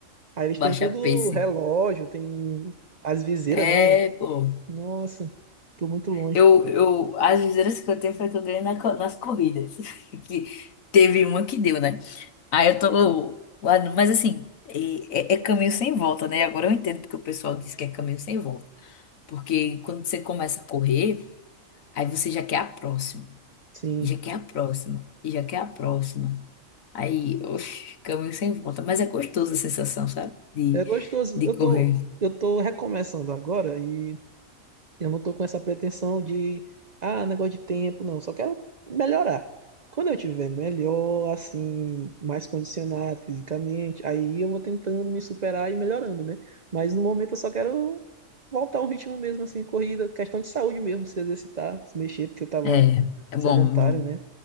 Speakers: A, on the right (about 35°); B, on the left (about 80°).
A: Aí eles têm
B: baixa
A: tudo
B: pace.
A: relógio, tem as viseiras,
B: É,
A: né?
B: pô.
A: Nossa, tô muito longe.
B: Eu, eu, as viseiras que eu tenho foi que eu ganhei na co- nas corridas. <laughs> Que teve uma que deu, né? Aí eu tô lá, no- mas assim, é, é- é caminho sem volta, né? Agora eu entendo porque o pessoal diz que é caminho sem volta. Porque quando você começa a correr, aí você já quer a próxima,
A: Sim.
B: e já quer a próxima, e já quer a próxima. Aí, oxe, caminho sem volta. Mas é gostoso a sensação, sabe? De,
A: É gostoso.
B: de
A: Eu
B: correr.
A: tô, eu tô recomeçando agora e. Eu não tô com essa pretensão de, ah, negócio de tempo, não. Só quero melhorar. Quando eu tiver melhor, assim, mais condicionado fisicamente, aí eu vou tentando me superar e melhorando, né? Mas no momento eu só quero voltar ao ritmo mesmo, assim, corrida, questão de saúde mesmo, se exercitar, se mexer, porque eu tava
B: É, é
A: sedentário,
B: bom, é bom.
A: né?